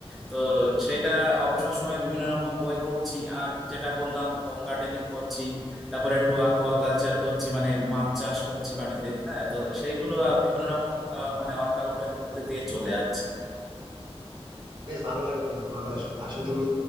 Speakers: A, in the centre; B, on the right (about 45°).
A: তো সেটা অবসর সময়ে বিভিন্ন রকম বই পড়ছি আর যেটা বললাম হোম গার্ডেনিং করছি তারপরে একটু অ্যাকোয়াকালচার করছি মানে মাছ চাষ করছি বাড়িতে হ্যাঁ তো সেইগুলো আহ, বিভিন্ন রকম আহ, মানে ওয়ার্কআউটের মধ্যে দিয়ে চলে যাচ্ছে
B: বেশ ভালো লাগলো বন্ধু তোমার কথা শুনে আসলে তুমি